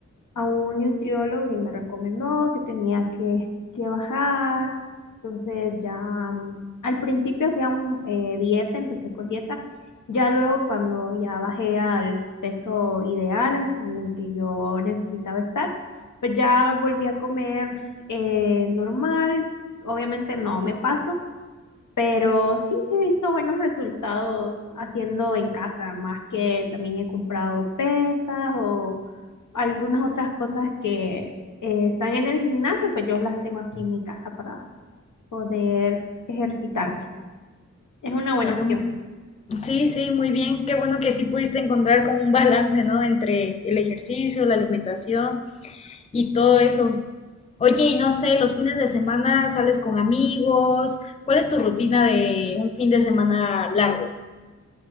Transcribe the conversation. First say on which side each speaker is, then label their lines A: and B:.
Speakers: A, on the left (about 80°); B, on the left (about 20°).
A: a un nutriólogo y me recomendó que tenía que, que bajar. Entonces ya mm, al principio hacía un, eh, dieta, empecé con dieta. Ya luego cuando ya bajé al peso ideal en el que yo necesitaba estar, pues ya volví a comer eh, normal. Obviamente no me paso, pero sí, sí he visto buenos resultados haciendo en casa, más que también he comprado pesas o algunas otras cosas que eh, están en el gimnasio, pues yo las tengo aquí en mi casa para poder ejercitarme. Es una buena
B: Ah,
A: opción.
B: Sí, sí, muy bien. Qué bueno que sí pudiste encontrar como un balance, ¿no? Entre el ejercicio, la alimentación y todo eso. Oye, y no sé, los fines de semana sales con amigos. ¿Cuál es tu rutina de un fin de semana largo?